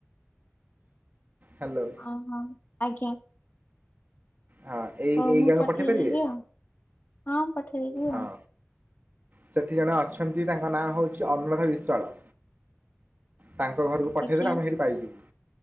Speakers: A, on the right; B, on the left.
A: ହାଲୋ।
B: ଓହୋ ଆଜ୍ଞା।
A: ହଁ ଏଇ
B: ହଉ
A: ଏଇ
B: ମୁଁ
A: ଗାଁକୁ
B: ପଠେଇଦେବି
A: ପଠେଇ ପାରିବେ
B: ଆଉ ହଁ ପଠେଇଦେବି
A: ହଁ।
B: ଆଉ
A: ସେଠି ଜଣେ ଅଛନ୍ତି ତାଙ୍କ ନାଁ ହେଉଛି ଅନୁରାଧା ବିଶ୍ୱାଳ। ତାଙ୍କ ଘରୁକୁ ପଠେଇଦେଲେ
B: ଆଜ୍ଞା
A: ଆମେ ସେଇଠି ପାଇଯିବୁ।